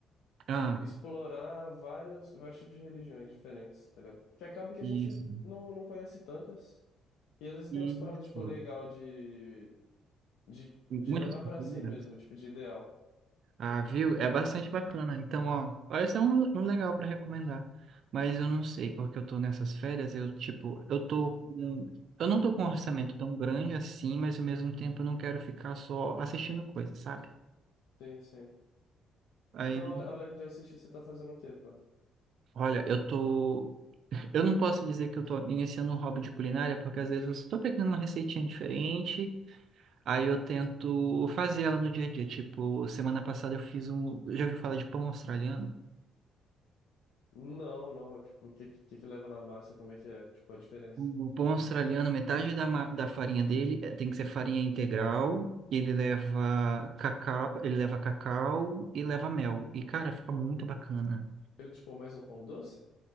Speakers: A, on the right; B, on the left.
A: Ah,
B: explorar vários, vários tipos de religiões diferentes, tá ligado? Porque acaba que
A: isso.
B: a gente não, não conhece tantas. E às vezes
A: Isso.
B: tem umas paradas, tipo, legal de, de,
A: Muitas
B: de levar
A: culturas.
B: pra si mesmo, tipo, de ideal.
A: Ah, viu? É bastante bacana. Então, ó, parece um, um legal para recomendar. Mas eu não sei, porque eu tô nessas férias, eu, tipo, eu tô
B: Uhum.
A: com... Eu não tô com um orçamento tão grande assim, mas ao mesmo tempo eu não quero ficar só assistindo coisas, sabe?
B: Sim, sim.
A: Aí,
B: Então, ale- além de assistir, você tá fazendo o quê, pá?
A: olha, eu tô... <laughs> Eu não posso dizer que eu tô iniciando um hobby de culinária, porque às vezes eu só tô pegando uma receitinha diferente, aí eu tento fazer ela no dia a dia. Tipo, semana passada eu fiz um... Já ouvi falar de pão australiano?
B: Não, não, é tipo, o que, que que leva na massa, como é que é, tipo, a diferença?
A: O pão australiano, metade da, ma- da farinha dele eh, tem que ser farinha integral. e Ele leva cacau, ele leva cacau e leva mel. E, cara, fica muito bacana.
B: Ele, tipo, mais um pão doce?